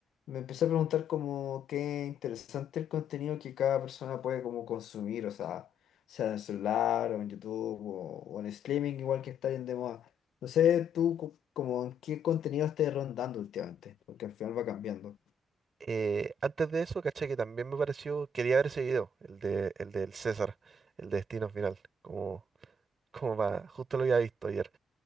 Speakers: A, on the left; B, on the right.
A: me empecé a preguntar como qué interesante el contenido que cada persona puede como consumir, o sea, sea en el celular o en YouTube o, o en streaming, igual que está bien de moda. No sé, tú co- como en qué contenido estés rondando últimamente, porque al final va cambiando.
B: Eh, antes de eso, caché que también me pareció, quería ver ese video, el de, el del César, el de Destino Final, como, como va, justo lo había visto ayer,